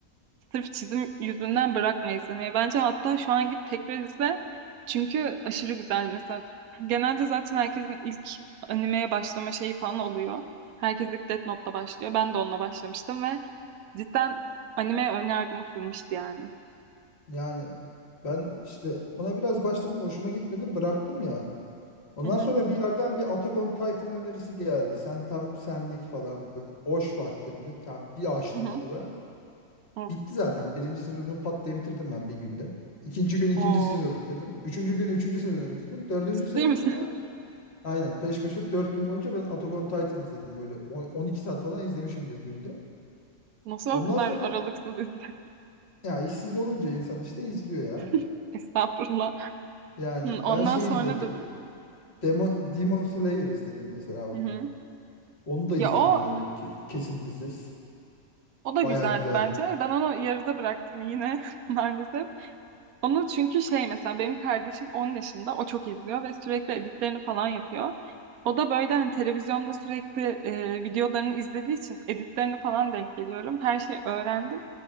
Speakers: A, on the right; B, on the left.
A: Sırf çizim yüzünden bırakma izlemeyi. Bence hatta şu an git tekrar izle. Çünkü aşırı güzel mesela. Genelde zaten herkesin ilk animeye başlama şeyi falan oluyor. Herkes ilk Death Note'la başlıyor. Ben de onunla başlamıştım ve cidden anime önyargımı kırmıştı yani.
B: yani ben işte ona biraz başladım. Hoşuma gitmedi. Bıraktım ya. Ondan
A: Hı hı.
B: sonra bir yerden bir Attack on Titan önerisi geldi. Sen tam senlik falan böyle boş vaktimde bir tane bir açtım
A: Hı hı.
B: onu ben.
A: Of,
B: Bitti zaten. Birinci sezonu pat diye bitirdim ben bir günde. İkinci gün ikinci
A: o
B: sezonu bitirdim. Üçüncü gün üçüncü sezonu bitirdim. Dördüncü
A: ciddi
B: sezonu
A: misin?
B: aynen peş peşe dört gün boyunca ben Attack on Titan izledim böyle. On- 12 saat falan izlemişimdir günde.
A: <laughs> Nasıl
B: Ondan
A: o kadar
B: sonra
A: aralıksız izledin?
B: ya işsiz olunca insan işte izliyor ya.
A: <laughs> Estağfurullah.
B: Yani
A: Hı, Ondan
B: ben şey
A: sonra
B: izledim.
A: dedin.
B: Demo, Demon Slayer izledim mesela bak.
A: Hı hı.
B: Onu da
A: Ya
B: izledim
A: o
B: öyle ki kesintisiz.
A: o da
B: Baya
A: güzeldi
B: güzel.
A: bence. Ben onu yarıda bıraktım yine <laughs> maalesef. Onu çünkü şey mesela benim kardeşim 10 yaşında o çok izliyor ve sürekli editlerini falan yapıyor. O da böyle hani televizyonda sürekli e, videolarını izlediği için editlerini falan denk geliyorum. Her şeyi öğrendim.